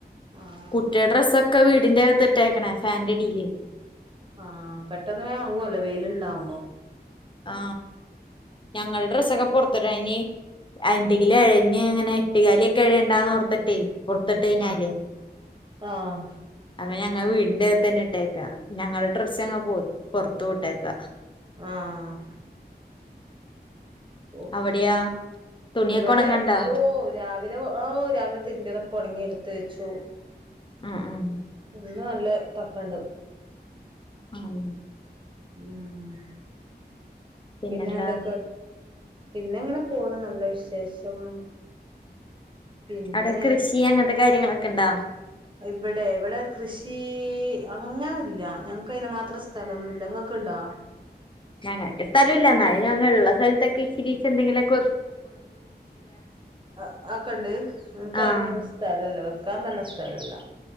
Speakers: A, on the right (about 30°); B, on the left (about 30°).
A: ആഹ്
B: കുട്ടിയെടെ ഡ്രസ്സ് ഒക്കെ വീട് ടിന്റെ അകത്തിട്ടേക്കണെ ഫാൻ്റടീല്
A: ആഹ് പെട്ടെന്ന് വേഗം ഉണങ്ങുവല്ലോ വെയില് ഉണ്ടാവുമ്പോ
B: ആ ഞങ്ങള് ഡ്രസ്സക്കെ പൊറത്തെ ഴഞ്ഞി അ എന്തെങ്കിലും എഴഞ്ഞ് അങ്ങനെ എട്ടുകാലി ഒക്കെ എഴയണ്ടാന്ന് ഓർത്തിട്ടെ പുറത്തിട്ട് കഴിഞ്ഞാലെ
A: ആഹ് ആഹ്
B: അവ ഞങ്ങ വീടിന്റെ അകത്ത് തന്നെ ഇട്ടേക്കാ ഞങ്ങള് ഡ്രസ്സങ്ങ് ഞങ്ങ പൊറത്തു ഇട്ടേക്ക
A: ആഹ് ഓ
B: അവിടെയാ തുണിയൊക്കെ
A: ഇവിടെ
B: ഒണങ്ങണ്ടാ
A: ഓ രാവ് ലെ ഓ ആ രാവിലെ തിരുമ്പിയതൊക്കെ ഉണങ്ങി എടുത്ത് വെച്ചു
B: അ ആം
A: ഇന്ന് നല്ല തക്കണ്ട്
B: ആം
A: മ്മ്
B: പിന്നെന്താ
A: പിന്നെ എന്തൊക്കെ പിന്നെങ്ങനെ പോണ് നല്ല വിശേഷം പിന്നെ
B: അവിടെ കൃഷി അങ്ങനത്തെ കാര്യങ്ങളൊ ക്കണ്ടാ
A: ഇവിടെ ഇവിടെ കൃഷി അങ്ങനല്ല ഞങ്ങക്ക് അതിന് മാത്രം സ്ഥലൊന്നുമില്ല ങ്ങക്ക് ഇണ്ടോ?
B: ഞങ്ങൾക്ക് സ്ഥലമില്ല എന്നാലും ഞങ്ങ ഇള്ള സ്ഥലത്തൊക്കെ ഇച്ചിരീച്ച് എന്തെങ്കിലും ഒക്കെ
A: ആ ആക്കണ്ട് ഇൻകൈനൊന്നും
B: ആഹ്
A: സ്ഥലല്ല വെക് വെക്കാൻ തന്നെ സ്ഥലം ഇല്ല